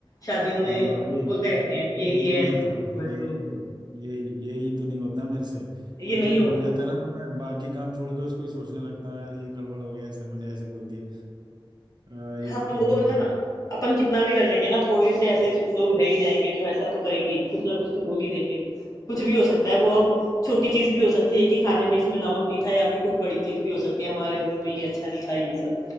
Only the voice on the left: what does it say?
शादियों में
बोलते
रहते हैं ये
ये
ऐसा
हो गया वो ऐसा
हो गया
ये
नहीं
हो
पाता
हाँ
वो
ना अपन कितना भी कर लेंगे ना थोड़े से ऐसे लोग रह ही जाएंगे जो ऐसा तो करेंगे ही, कुछ ना कुछ तो बोल ही देंगे कुछ भी हो सकता है वो अब छोटी चीज भी हो सकती है कि खाने में इसमें नमक नहीं था या फिर कुछ बड़ी चीज भी हो सकती है हमारे रूम में ये अच्छा नहीं था ये सब